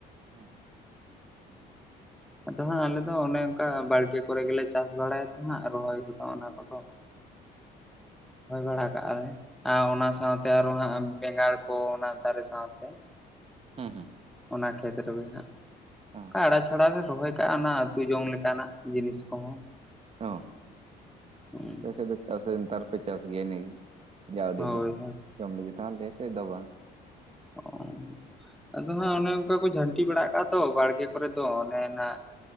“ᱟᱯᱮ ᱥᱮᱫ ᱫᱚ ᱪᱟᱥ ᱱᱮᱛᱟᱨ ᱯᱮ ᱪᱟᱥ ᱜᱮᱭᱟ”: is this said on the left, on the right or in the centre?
Right